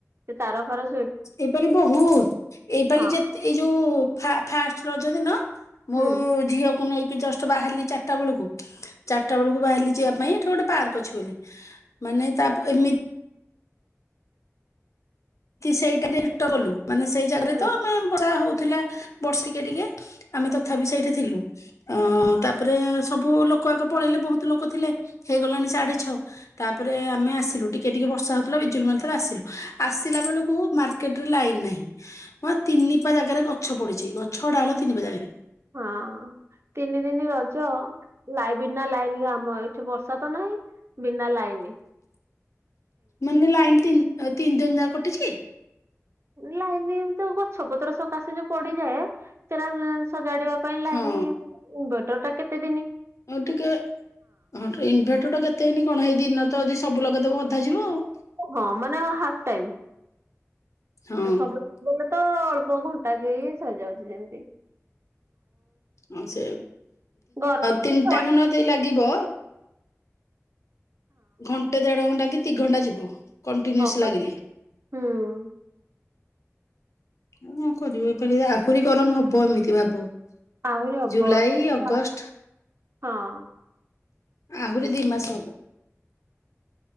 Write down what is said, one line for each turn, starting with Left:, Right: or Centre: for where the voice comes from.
Right: ସେ ତାର ଫର
Left: ଏଇପାଳି ବହୁତ ଏଇପାଳି
Right: ହଁ
Left: ଯେ ଏଇ ଯୋଉ ଫାଷ୍ଟ ରଜ ଦିନ ମୁଁ
Right: ହୁଁ
Left: ଝିଅକୁ ନେଇ ଜଷ୍ଟ ବାହାରିଲି ଚାରିଟା ବେଳକୁ ଚାରିଟା ବେଳକୁ ବାହାରିଲି ଯିବା ପାଇଁ ଏଠି ଗୋଟେ ପାର୍କ ଅଛି ବୋଲି ମାନେ ତା ଏମିତି ସେଇଟ ଇଷ୍ଟ କଲୁ ମାନେ ସେଇ ଜାଗାରେ
Right: ହୁଁ।
Left: ତ ଆମେ ବଢ଼ି ଆ ହଉଥିଲା। ବର୍ଷିକେ ଟିକେ ଆମେ ତଥାପି ସେଇଠି ଥିଲୁ। ଅ ତାପରେ ସବୁ ଲୋକ ଆଗ ପଳେଇଲେ ବହୁତ ଲୋକ ଥିଲେ ହେଇଗଲାଣି ସାଢେ ଛଅ ତାପରେ ଆମେ ଆସିଲୁ ଟିକେ ଟିକେ ବର୍ଷା ହଉଥିଲା ବିଜୁଲ ମଲେ ଆସିଲୁ ଥିଲା ବେଳକୁ ମାର୍କେଟ ରେ ଲାଇନ ନାହିଁ। ମ ତିନି ପା ଜାଗାରେ ଗଛ ପଡିୁଛି ଗଛ ଗଡା ହେଲା ତିନି ପା ଜାଗାରେ।
Right: ହଁ ତିନି ଦିନ ରଜ। ଲାଇ ବିନା ଲାଇନ ଆମ ଏଠି ବର୍ଷା ତ ନାହିଁ ବିନା ଲାଇନ।
Left: ମାନେ ଲାଇନତିି ତିନି ଦିନ ଯା କଟିଛି।
Right: ଲାଇନି ତ ଗଛ ପତ୍ର ସକାଶେ ଯୋଉ ପଡିଯାଏ ସେଟା ସଜାଡିବା। ପାଇଁ ଲାଗନି
Left: ହଁ
Right: ଇନଭଟର ଟା କେତେ ଦିନ।
Left: ଆଉ ଟିକେ ହଁ ଇନଭର୍ଟରଟା କେତେ ହେଇନି କଣ ହେଇ ଦିିନ ତ ଯଦି ସବୁ ଲଗେଇଦେବ ଅଧା ଯିବ ଆଉ।
Right: ହଁ ମାନେ ହାପ ଟାଇମ
Left: ହଁ
Right: <inaudible> ସବୁ ତ ଅଳ୍ପ ଘଣ୍ଟା କେ ସରିଯାଉଛି ଯେମତି।
Left: ହଁ ସେ
Right: ଗରମ
Left: ତିନିଟା
Right: ହଁ
Left: ଖଣ୍ଡ ଦ ଲାଗିବ ଘଣ୍ଟେ ଦେଢ ଘଣ୍ଟା କି ଦି ଘଣ୍ଟା ଯିବ କଣ୍ଟିନ୍ୟୁସ୍
Right: ପା
Left: ଲାଗିଲେ
Right: ହଁ
Left: କଣ କରିବ <inaudible> ଆହୁରି ଗରମ ହବ ଏମିତି ଭାବ
Right: ଆହୁରି ହବସେ
Left: ଜୁଲାଇ
Right: <inaudible>
Left: ଅଗଷ୍ଟ
Right: ହଁ
Left: ଆହୁରି ଦି ମାସ ହବ।